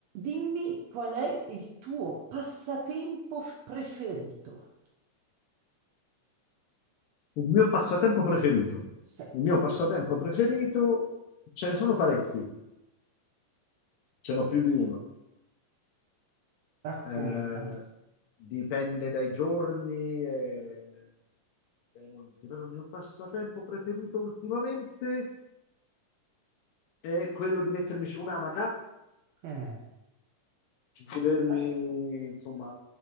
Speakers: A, on the right; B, on the left.
A: Dimmi qual è il tuo passatempo f- preferito.
B: Il mio passatempo preferito.
A: Se,
B: Il mio passatempo preferito, ce ne sono parecchi, ce n'ho più di uno.
A: raccontami.
B: Eh, dipende dai giorni e dai momenti. Però il mio passatempo preferito ultimamente è quello di mettermi su un'amaca,
A: Eh,
B: di godermi,
A: ah,
B: insomma,